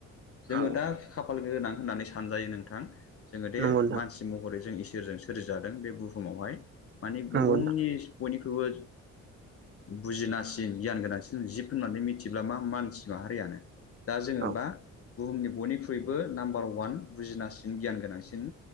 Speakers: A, on the right (about 40°); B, on the left (about 50°).
A: नंगौ
B: जोंङो दा खाफाल गोनां होननानै सानजायो नोंथां जोंङो दे
A: नंगौ
B: मानसि महरै जों इसोरजों सोरिजादों बे बुहुमावहाय माने
A: नंगौ
B: बुहुमनि
A: नोंथां नंगौ
B: बयनिख्रुइबो बुजिनासिन गियान गोनांसिन जिब होननानै मिथिब्ला मा मानसि माहारियानो दा जोंङोबा
A: नोंथां औ
B: बुहुमनि बयनिख्रुइबो नाम्बार वान बुजिनासिन गियान गोनांसिन